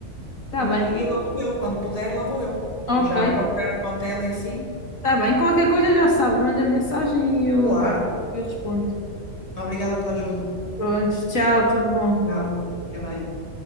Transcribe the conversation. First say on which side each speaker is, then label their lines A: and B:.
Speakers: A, on the left; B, on the left.
A: bem.
B: E, e lá vou eu, quando puder, lá vou eu. Vou
A: Ok.
B: já procurar um hotel e assim.
A: Está bem, qualquer coisa já sabe, manda mensagem e eu,
B: Claro.
A: eu respondo.
B: Obrigada pela ajuda.
A: Pronto, tchau, tudo bom.
B: Tchau. Fica bem.